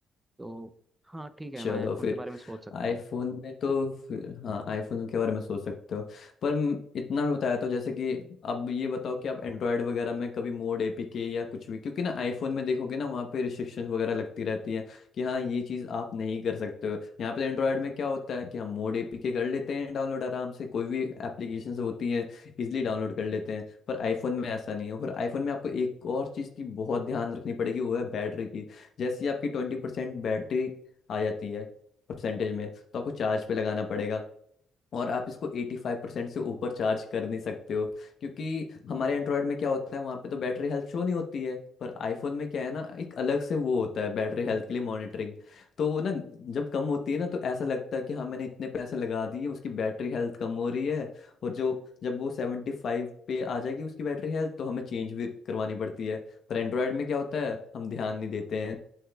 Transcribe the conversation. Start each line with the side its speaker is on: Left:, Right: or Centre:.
Right: तो हाँ ठीक है
Left: चलो
Right: मैं आईफोन
Left: फिर
Right: के बारे में सोच सकता
Left: आईफोन
Right: हूँ
Left: में तो फिर हाँ आईफोन के बारे में सोच सकते हो पर म- इतना मैं बताया तो जैसे कि अब ये बताओ कि आप एंड्रॉयड वगैरह में कभी मोड एपीके या कुछ भी क्योंकि ना आईफोन में देखोगे ना वहाँ पे रिस्ट्रिक्शन वगैरह लगती रहती है कि हाँ ये चीज़ आप नहीं कर सकते हो यहाँ पे एंड्रॉयड में क्या होता है कि हम मोड एपीके कर लेते हैं डाउनलोड आराम से कोई भी एप्लीकेशन होती है इजिली डाउनलोड कर लेते हैं पर आईफोन में ऐसा नहीं है और आईफोन में आपको एक और चीज़ की बहुत ध्यान रखनी पड़ेगी वो है बैटरी की जैसे ही आपकी ट्वेंटी परसेंट बैटरी आ जाती है परसेंटेज में तो आपको चार्ज पे लगाना पड़ेगा और आप इसको 85% से ऊपर चार्ज कर नहीं सकते हो क्योंकि हमारे एंड्रॉयड में क्या होता है वहाँ पे तो बैटरी हेल्थ शो नहीं होती है पर आईफोन में क्या है ना एक अलग से वो होता है बैटरी हेल्थ के लिए मॉनिटरिंग तो वो ना जब कम होती है ना तो ऐसा लगता है कि हाँ मैंने इतने पैसे लगा दिए उसकी बैटरी हेल्थ कम हो रही है और जो जब वो सेवेंटी फाइव पे आ जाएगी उसकी बैटरी हेल्थ तो हमें चेंज भी करवानी पड़ती है पर एंड्रॉयड में क्या होता है हम ध्यान नहीं देते हैं,